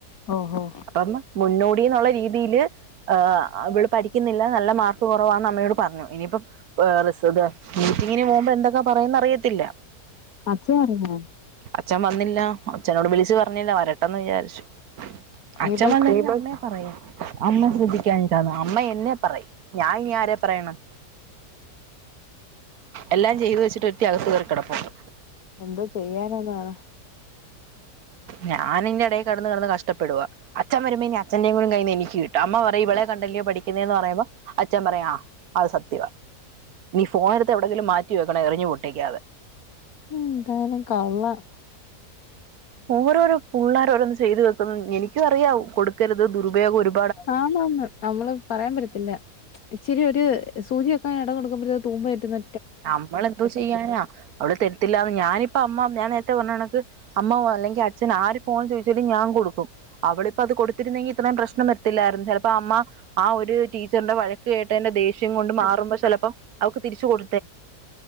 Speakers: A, on the left; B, on the right.
A: ഓഹ് ഓഹ്
B: അപ്പം മുന്നോടി ന്നുള്ള രീതില് ആ വള് പഠിക്കുന്നില്ല നല്ല മാർക്ക് കൊറവാന്ന് അമ്മയോട് പറഞ്ഞു ഇനിയിപ്പം ഏ റിസ ത് മീറ്റിങ്ങിന് പോകുമ്പോ എന്തൊക്കെ പറയും ന്നറിയത്തില്ല
A: അച്ഛൻ അറിഞ്ഞോ
B: അച്ഛൻ വന്നില്ല അച്ഛനോട് വിളിച്ച് പറഞ്ഞില്ല വരട്ടെന്ന് വിചാരിച്ചു
A: ഇനിയിപ്പ
B: അച്ഛൻ വന്ന് കഴിഞ്ഞാ അമ്മയെ പറയും അമ്മ ശ്രദ്ധിക്കാഞ്ഞിട്ടാ അമ്മ എന്നെ പറയും ഞാ ഇനി ആരെ പറയണം എല്ലാം ചെയ്തു വെച്ചിട്ട് ഒര്ത്തി അകത്തു കേറി കെടപ്പുണ്ട്
A: എന്തോ ചെയ്യാനാ <unintelligible>
B: ഞാനിന്റെ ടെ കെടന്ന് കെടന്ന് കഷ്ടപ്പെടുവാ അച്ഛൻ വരുമ്പോ ഇനി അച്ഛന്റെയും കൂടി കയ്യിന്നെനിക്ക് കിട്ടും അമ്മ പറയും ഇവളെ കണ്ടല്ലോ പഠി ക്കുന്നെന്ന് പറയുമ്പോ അച്ഛൻ പറയും ആ അത് സത്യവാ നി ഫോണെടുത്ത് എവിടെങ്കിലും മാ റ്റി വെക്കണം എറിഞ്ഞു പൊട്ടിക്കാതെ
A: ഉം ന്താനും കള്ളം
B: ഓരോരോ പുള്ളാര് ഓരോന്ന് ചെയ്തു വെക്ക്‌ന്നു എനിക്കും അറിയാം കൊടുക്കരുത് ദുരുപയോഗം ഒരു
A: ആന്നാന്ന് നമ്മള് പറയാൻ പറ്റത്തില്ല ഇച്ചിരി ഒരു സൂചി വെക്കാൻ എടം കൊടുക്കുമ്പഴത്തേ തൂമ്പ ട്ട് നെ
B: നമ്മളെന്തോ ചെയ്യാനാ അവൾ തരുത്തില്ലാന്ന് ഞാനിപ്പോ അമ്മ ഞാൻ നേർത്തെ പറഞ്ഞ കണക്ക് അമ്മ വാ അല്ലെങ്കി അച് ച്ഛൻ ആര് ഫോൺ ചോയ്ച്ചാലും ഞാൻ കൊടുക്കും അവളിപ്പത് കൊടുത്തിരുന്നെങ്കി ഇത്രയും പ്രശ്നം വരത്തില്ലാര്ന്നു ചെൽപ്പോ അമ്മ ആ ഒരു ടീച്ചറിന്റെ വഴക്ക് കേട്ടതിന്റെ ദേഷ്യം കൊണ്ട് മാറുമ്പോ ചെലപ്പം അവക്ക് തിരിച്ചു കൊടു
A: <inaudible>